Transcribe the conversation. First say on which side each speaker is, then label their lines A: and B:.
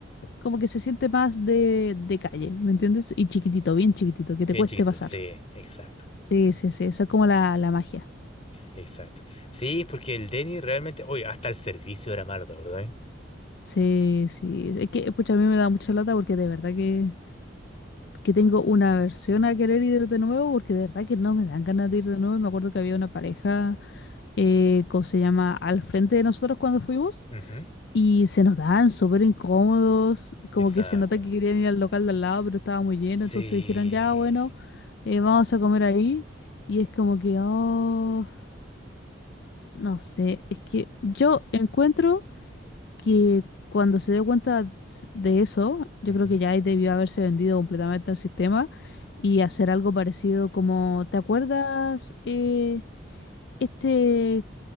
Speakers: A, on the left; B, on the left.
A: como que se siente más de, de calle, ¿me entiendes? Y chiquitito, bien chiquitito, que te
B: Bien
A: cueste
B: chiquitito.
A: pasar.
B: Sí, exacto.
A: Sí, sí, sí, eso es como la, la magia.
B: Exacto. Sí, porque el Denny realmente. Oye, hasta el servicio era malo, ¿te acordás? eh?
A: Sí, sí. Es que, pucha, a mí me da mucha lata porque de verdad que, que tengo una aversión a querer ir de nuevo porque de verdad que no me dan ganas de ir de nuevo. Me acuerdo que había una pareja, eh, ¿cómo se llama? Al frente de nosotros cuando fuimos.
B: Ujú.
A: Y se notaban súper incómodos, como
B: Exacto.
A: que se nota que querían ir al local de al lado, pero estaba muy lleno,
B: Sí.
A: entonces dijeron, ya, bueno, eh, vamos a comer ahí. Y es como que, oh, no sé, es que yo encuentro que cuando se dio cuenta s- de eso, yo
B: Ujú.
A: creo que ya ahí debió haberse vendido completamente al sistema y hacer algo parecido como, ¿te acuerdas? eh, este